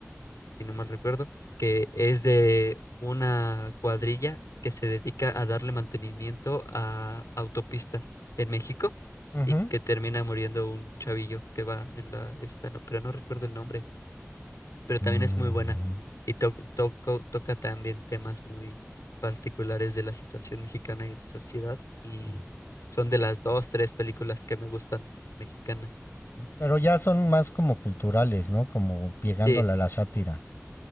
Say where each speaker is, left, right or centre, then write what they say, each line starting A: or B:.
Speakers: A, on the left (about 85°); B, on the left (about 45°).
A: si no mal recuerdo, que es de una cuadrilla que se dedica a darle mantenimiento a autopistas en México
B: Ujú.
A: y que termina muriendo un chavillo que va en la esta, no, pero no recuerdo el nombre, pero también
B: Mm,
A: es muy buena y to- toco- toca también temas muy particulares de la situación mexicana y sociedad y
B: ujú.
A: son de las dos, tres películas que me gustan mexicanas.
B: Pero ya son más como culturales, ¿no? Como pegándole
A: Sí.
B: a la sátira.